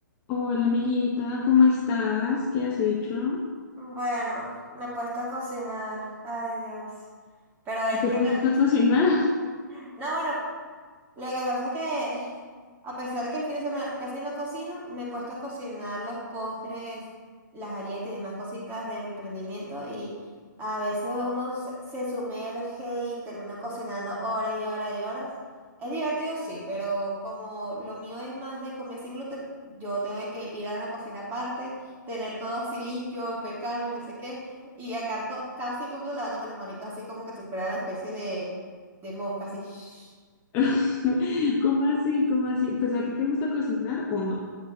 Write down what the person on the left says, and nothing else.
Hola amiguita, ¿cómo estás? ¿Qué has hecho?
¿Te
pusiste
a cocinar?
<laughs> ¿Cómo así? ¿Cómo así? Pues a ti te gusta cocinar o no?